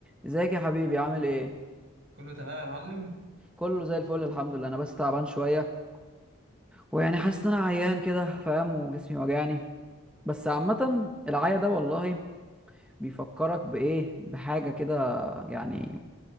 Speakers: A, in the centre; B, on the right.
A: ازيك يا حبيبي عامل ايه
B: كله تمام يا معلم
A: كله زي الفل الحمد لله انا بس تعبان شويه ويعني حاسس ان انا عيان كده فاهم وجسمي وجعني بس عامه العيا ده والله بيفكرك بايه بحاجه كده يعني